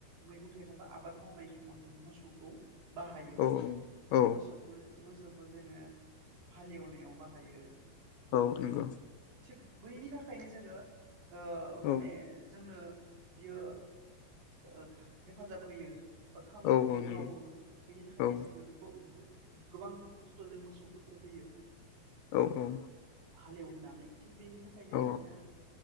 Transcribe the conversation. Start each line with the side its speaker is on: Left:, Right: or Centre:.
Right: मैगं थायगं बा आबाद मावनाय समा जोङो मोसौखौ बाहायो
Left: औ
Right: बा
Left: औ
Right: मोसौखो मोसौखौ जोङो हालेवनायाव बाहायो। ओं ओं
Left: औ नंगौ
Right: थिग बैनि थाखायनो जोङो ओ माने
Left: औ
Right: जोंनो बियो ओ हेफाजाब होयो। खामानि
Left: औ औ नंगौ
Right: मावो बेनि थाखायनो
Left: औ
Right: जोङो बेखौ नुदो। गोबां दुखु खस्थ' जों मोसौफोरखौ होयो।
Left: औ औ
Right: हालेवहोनानै थिग बेनि थाखायनो
Left: औ
Right: जोङो